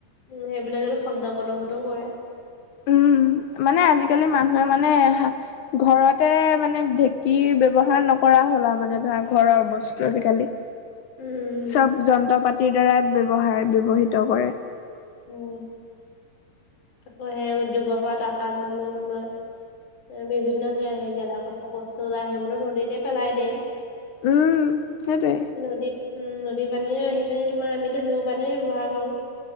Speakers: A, on the left (about 50°); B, on the left (about 65°).
A: উম, সেইবিলাকেটো শব্দ প্ৰদুৰ্ষনো কৰে।
B: উম মানে আজিকালি মানুহে মানে ঘৰতে মানে ঢেঁকী ব্যৱহাৰ নকৰা হ'ল আৰু মানে ধৰা ঘৰৰ বস্তু আজিকালি।
A: উম
B: চব যন্ত্ৰ-পাতিৰ দ্বাৰা ব্যৱহাৰ ব্যৱহৃত কৰে।
A: উম। তাকো হে উদ্যোগৰ পৰা টকা জলিবও তোমাৰ। বিভিন্ন গে--গেলা পচা বস্তু ওলাই সেইবোৰটো নদীতে পেলাই দিয়ে।
B: উম, সেইটোৱে।
A: নদীত উম, নদী পানীয়ে আহিপিনি তোমাৰ আমিটো সেইবোৰ পানীয়ে ব্যৱহাৰ কৰোঁ।